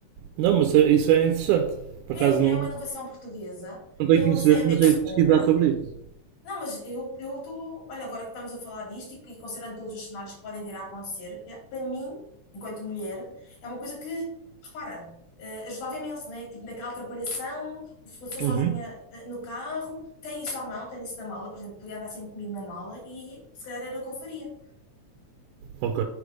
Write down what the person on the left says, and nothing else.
É,
é uma inovação portuguesa.
Eu
não sei onde
é que
se
compra,
Não, mas eu eu estou. Olha, agora que estamos a falar disto e, que- e considerando todos os cenários que podem vir a acontecer, é- para mim, enquanto mulher, é uma coisa que, repara, eh, ajudava imenso, não é? Tipo, naquela atrapalhação, se passou sozinha
eh, no carro, tem isso à mão, tem isso na mala, por exemplo, podia andar sempre comigo na mala e se calhar era o que eu faria.